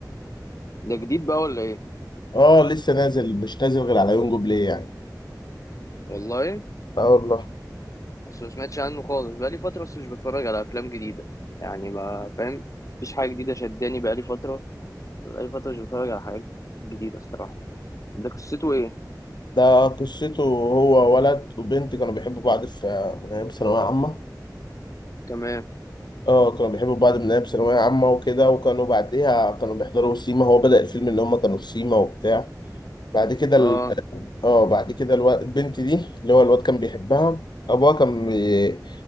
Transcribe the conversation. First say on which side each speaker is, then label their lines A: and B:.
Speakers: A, on the left; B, on the left.
A: ده جديد بقى ولا ايه
B: اه لسه نازل مش نازل غير على يونجو بلاي يعني
A: والله
B: اه والله
A: بس ما سمعتش عنه خالص بقى لي فتره بس مش بتفرج على افلام جديده يعني ما فاهم مفيش حاجه جديده شداني بقى لي فتره بقى لي فتره مش بتفرج على حاجات جديده الصراحه ده قصته ايه
B: ده قصته هو ولد وبنت كانوا بيحبوا بعض في من أيام ثانوية عامة
A: تمام
B: اه كانوا بيحبوا بعض من أيام ثانوية عامة وكده وكانوا بعديها كانوا بيحضروا سيما هو بدأ الفيلم إن هما كانوا في سيما وبتاع بعد كده
A: اه
B: اه بعد كده الواد البنت دي اللي هو الواد كان بيحبها ابوها كان بي...